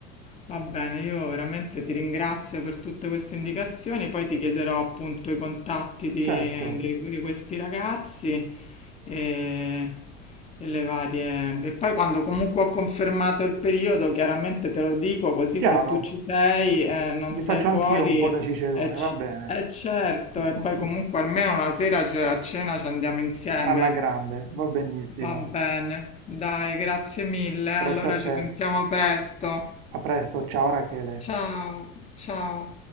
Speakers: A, on the left (about 15°); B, on the right (about 70°).
A: va bene, io veramente ti ringrazio per tutte queste indicazioni, poi ti chiederò appunto i contatti di,
B: certo,
A: di- di questi ragazzi e, e le varie... E poi quando comunque ho confermato il periodo, chiaramente te lo dico, così
B: chiaro.
A: se tu ci sei, eh, non
B: Vi
A: sei
B: faccio
A: fuori,
B: anch'io un po' da cicerone,
A: è,
B: va bene.
A: certo,
B: <laughs>
A: e poi comunque almeno una sera ce- a cena ci andiamo insieme.
B: Alla grande, va benissimo.
A: Va bene, dai, grazie mille.
B: Grazie
A: Allora
B: a te.
A: ci sentiamo presto.
B: A presto, ciao Rachele.
A: Ciao, ciao.